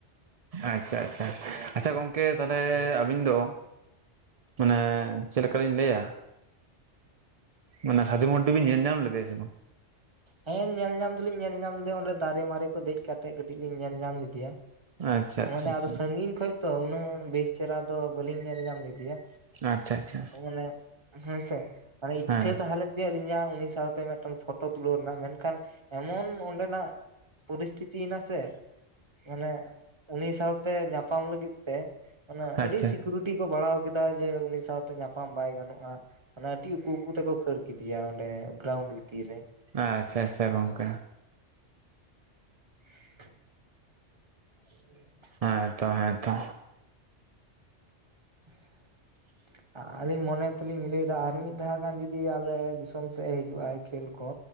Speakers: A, on the right; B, on the right.
A: ᱟᱪᱪᱷᱟ ᱟᱪᱪᱷᱟ᱾ ᱟᱪᱪᱷᱟ ᱜᱚᱝᱠᱮ ᱛᱟᱞᱦᱮ ᱟᱹᱵᱤᱱ ᱫᱚ ᱢᱟᱱᱮ ᱪᱮᱫ ᱞᱮᱠᱟᱞᱤᱧ ᱞᱟᱹᱭᱟ᱾ ᱢᱟᱱᱮ ᱥᱟᱫᱦᱩ ᱢᱟᱨᱰᱤ ᱵᱤᱱ ᱧᱮᱞ ᱧᱟᱢ ᱞᱮᱫᱮᱭᱟ ᱥᱮ ᱵᱟᱝ?
B: ᱦᱮᱸ ᱧᱮᱞ ᱧᱟᱢ ᱫᱚᱞᱤᱧ ᱧᱮᱞ ᱧᱟᱢ ᱞᱮᱫᱮᱭᱟ, ᱚᱸᱰᱮ ᱫᱟᱨᱮ ᱢᱟᱨᱮ ᱠᱚ ᱫᱮᱡ ᱠᱟᱛᱮᱜ ᱠᱟᱹᱴᱤᱡ ᱞᱤᱧ ᱧᱮᱞ ᱧᱟᱢ ᱞᱮᱫᱮᱭᱟ᱾
A: ᱟᱪᱪᱷᱟ ᱟᱪᱪᱷᱟ
B: ᱢᱟᱱᱮ
A: ᱟᱪᱪᱷᱟ
B: ᱟᱫᱚ ᱥᱟᱺᱜᱤᱧ ᱠᱷᱚᱡ ᱛᱚ ᱩᱱᱟᱹᱜ ᱵᱮᱥ ᱪᱮᱨᱦᱟ ᱫᱚ ᱵᱟᱹᱞᱤᱧ ᱧᱮᱞ ᱧᱟᱢ ᱞᱮᱫᱮᱭᱟ᱾
A: ᱟᱪᱪᱷᱟ ᱟᱪᱪᱷᱟ
B: ᱢᱟᱱᱮ ᱦᱳᱭ ᱥᱮ᱾ ᱢᱟᱱᱮ ᱤᱪᱪᱷᱟᱹ
A: ᱦᱮᱸ
B: ᱛᱟᱸᱦᱮ ᱞᱮᱱ ᱛᱤᱧᱟ ᱟᱹᱞᱤᱧᱟᱜ ᱩᱱᱤ ᱥᱟᱶᱛᱮ ᱢᱮᱫᱴᱮᱝ ᱞᱷᱳ ᱯᱷᱚᱴᱳ ᱛᱩᱞᱟᱹᱣ ᱨᱮᱱᱟᱜ ᱢᱮᱱᱠᱷᱟᱱ ᱮᱢᱚᱱ ᱚᱸᱰᱮᱱᱟᱜ ᱯᱚᱨᱤᱥᱛᱷᱤᱛᱤ ᱮᱱᱟ ᱥᱮ ᱢᱟᱱᱮ ᱩᱱᱤ ᱥᱟᱶᱛᱮ ᱧᱟᱯᱟᱢ ᱞᱟᱹᱜᱤᱫ ᱛᱮ ᱢᱟᱱᱮ
A: ᱟᱪᱪᱷᱟ
B: ᱟᱹᱰᱤ ᱥᱤᱠ ᱠᱩᱨᱩᱴᱤ ᱠᱚ ᱵᱟᱲᱟᱣ ᱠᱮᱫᱟ ᱡᱮ ᱩᱱᱤ ᱥᱟᱶᱛᱮ ᱧᱟᱯᱟᱢ ᱵᱟᱭ ᱜᱟᱱᱚᱜᱼᱟ᱾ ᱢᱟᱱᱮ ᱟᱹᱰᱤ ᱩᱠᱩ ᱩᱠᱩ ᱛᱮᱠᱚ ᱠᱷᱟᱹᱲ ᱠᱮᱫᱮᱭᱟ ᱚᱸᱰᱮ ᱜᱨᱟᱣᱩᱱᱰ ᱵᱷᱤᱛᱤᱨ ᱨᱮ᱾
A: ᱟᱪᱪᱷᱟ ᱟᱪᱪᱷᱟ ᱜᱚᱝᱠᱮ᱾
B: <inaudible>
A: ᱦᱮᱸ ᱛᱚ ᱦᱮᱸᱛᱚ᱾
B: <inaudible> ᱟ ᱟᱹᱞᱤᱧ ᱢᱚᱱᱮ ᱛᱮᱞᱤᱧ ᱞᱟᱹᱭᱮᱫᱟ ᱟᱨ ᱢᱤᱫ ᱫᱷᱟᱣ ᱜᱟᱱ ᱡᱩᱫᱤ ᱟᱞᱮ ᱫᱤᱥᱚᱢ ᱥᱮᱫ ᱮ ᱦᱤᱡᱩᱜᱼᱟᱭ ᱠᱷᱮᱞ ᱠᱚ᱾